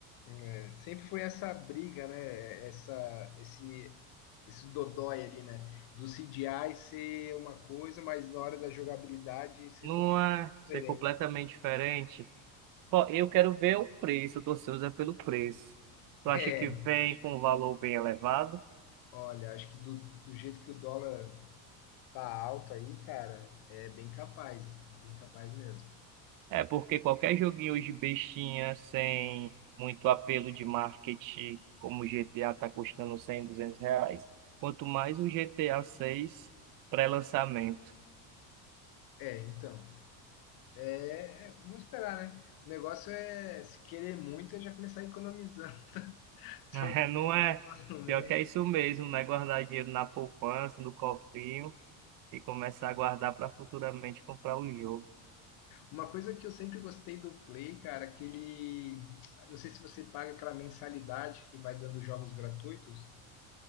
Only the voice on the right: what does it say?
Não
é
ser completamente
diferente. ó eu quero ver o preço, tô ansioso é pelo preço. Tu
acha que vem com um valor bem elevado?
É porque qualquer joguinho hoje bestinha, sem muito apelo de marketing, como o GTA tá custando 100, 200 reais, quanto mais o GTA 6 pré-lançamento,
<laughs>
Não é?
Pior
que é isso mesmo, né? Guardar dinheiro na poupança, no cofrinho e começar a guardar para futuramente comprar o jogo.